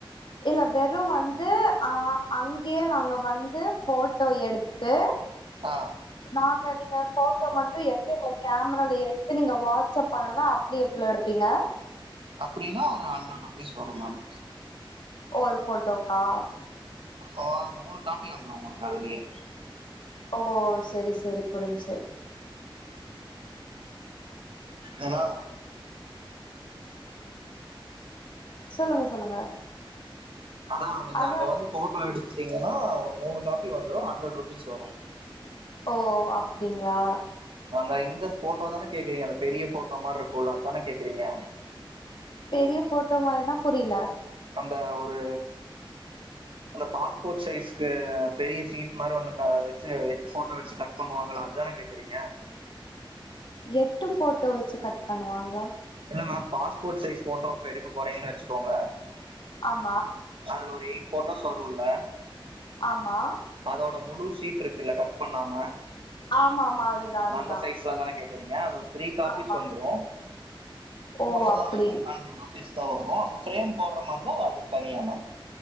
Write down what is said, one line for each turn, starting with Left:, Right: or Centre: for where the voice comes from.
Left: இல்ல வெறு வந்து ஆ அங்கெயே நாங்க வந்து போட்டோ எடுத்து
Right: ஆ
Left: நாங்க நீங்க போட்டோ மட்டு எடுத்து உங்கள கேமரால எடுத்து நீங்க வா ட்ஸ் ஆஃப் பண்ணனுனா அப்டி எவ்ளோ எடுப்பீங்க
Right: அப்டின்னா ஒரு ஹண்ட்ரட் ருபீஸ் வரு மேம்
Left: ஒரு ஃபோட்டோக்கா
Right: ஓ மூணு காப்பி வந்துரு உங்களுக்கு அதுலயே
Left: ஓ சரி சரி புரிஞ்சு
Right: ஏனா
Left: சொல்லுங்க சொல்லுங்க
Right: அதா நீங்க
Left: அதான்
Right: அங்க வந்து போட்டோ எடு த்தீங்கன்னா ஒரு மூணு காப்பி வந்துரு ஹண்ட்ரட் ருபீஸ் வரு
Left: ஓ அப்டிங்ளா
Right: அந்த இந்த ஃபோட்டோதானே கேக்குறீங்க அந்த பெரிய போட்டோ மார் இருக்குல்ல அதான கேக்குறீங்க
Left: பெரிய போட்டோ மாரினா புரில
Right: அந்த ஒரு அந்த பாஸ்போர்ட் சைஸு பெரிய ஷீட் மாரி ஒண்ணு க வெச்சு எட்டு போட்டோ வெச்சு கட் பண்ணுவாங்ளா அதான கேக்குறீங்க
Left: எட்டு ஃபோ ட்டோ வெச்சு கட் பண்ணுவாங்ளா
Right: இல்ல மேம் பாஸ்போர்ட் சைஸ் ஃபோட்டோ இப்ப எடுக்க போறீங்கனு வெச்சுக்கோங்க
Left: ஆம்
Right: அதுல ஒரு எயிட் போட்டோஸ் வருல்ல
Left: ஆமா
Right: அதோட முழு சீட்ருக் குல கட் பண்ணாம
Left: ஆமா ஆமா அதுதான் அதுதான்
Right: அந்த சைஸ்ல தான கேக்றீங்க அது ஒரு த்ரீ காபிஸ்
Left: ஆமா
Right: வந்துரும்
Left: ஓ
Right: மொத்தமாவே
Left: அப்டி
Right: உங்களுக்கு ஹன்ட்ரட் ருபீஸ் தா வரு ஃபிரேம் போற மாரிந்தா அதுக் தனி அமௌன்